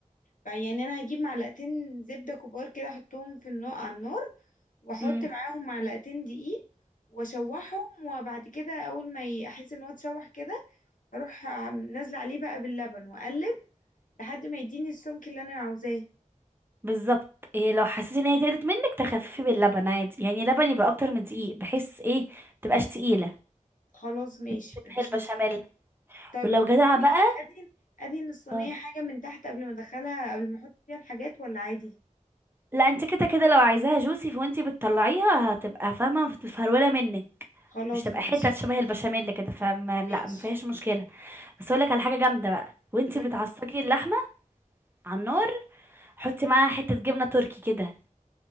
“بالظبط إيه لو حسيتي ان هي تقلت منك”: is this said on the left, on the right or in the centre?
Right